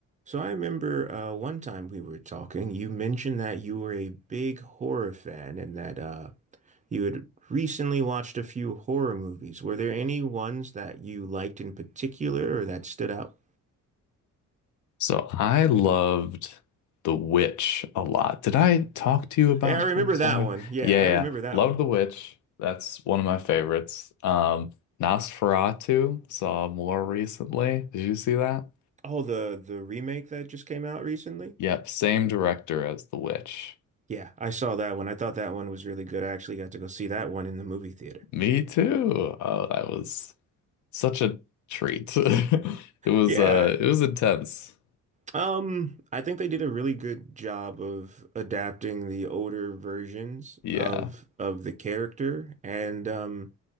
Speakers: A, on the right (about 25°); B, on the left (about 70°).
A: So I remember uh, one time we were talking, you mentioned that you were a big horror fan and that uh, you had recently watched a few horror movies. Were there any ones that you liked in particular or that stood out?
B: So I loved The Witch a lot. Did I talk to you about
A: Yeah, I remember
B: this?
A: that
B: Sorry.
A: one. Yeah,
B: Yeah, yeah, yeah.
A: I remember that
B: loved
A: one.
B: The Witch. That's one of my favorites. Um, Nosferatu saw more recently. Did you see that?
A: Oh, the the remake that just came out recently?
B: Yep, same director as The Witch.
A: Yeah, I saw that one. I thought that one was really good. I actually got to go see that one in the movie theater.
B: Me too. Oh, that was such a treat. <laughs> It was
A: Yeah,
B: uh it was intense.
A: Um, I think they did a really good job of adapting the older versions
B: Yeah.
A: of of the character, and um,